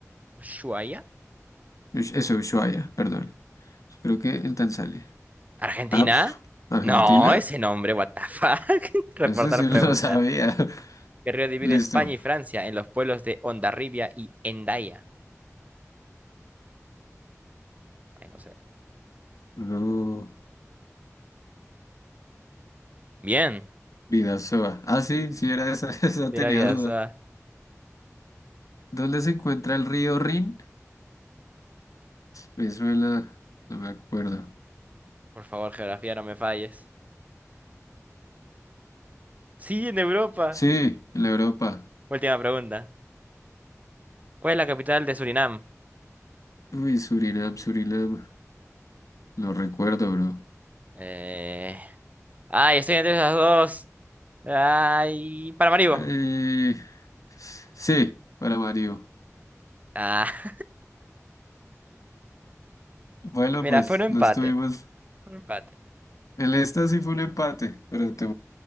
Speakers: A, on the right (about 30°); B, on the left (about 85°).
A: ¿Ushuaia?
B: Ush- Eso, Ushuaia, perdón. Creo que en Tanzania.
A: ¿Argentina?
B: Ah, pf, Argentina.
A: No, ese nombre, what the fuck. <laughs> Reportar
B: Ese sí
A: pregunta.
B: lo sabía. <laughs>
A: ¿Qué río divide
B: Listo.
A: España y Francia en los pueblos de Hondarribia y Hendaya? Ay, no sé.
B: Luego,
A: Bien.
B: Bidasoa. Ah, sí, sí era esa, <laughs> esa
A: De
B: tenía
A: la vida,
B: duda.
A: Suá.
B: ¿Dónde se encuentra el río Rin? Me suena, no me acuerdo.
A: Por favor, geografía, no me falles. Sí, en Europa.
B: Sí, en la Europa.
A: Última pregunta. ¿Cuál es la capital de Surinam?
B: Uy, Surinam, Surinam. lo recuerdo, bro.
A: Eh... Ay, estoy entre esas dos. Ay, Paramaribo.
B: Eh, sí, para Mario.
A: Ah,
B: Bueno,
A: <laughs> mira,
B: pues
A: fue un empate.
B: lo estuvimos.
A: fue un empate.
B: El esta sí fue un empate, pero te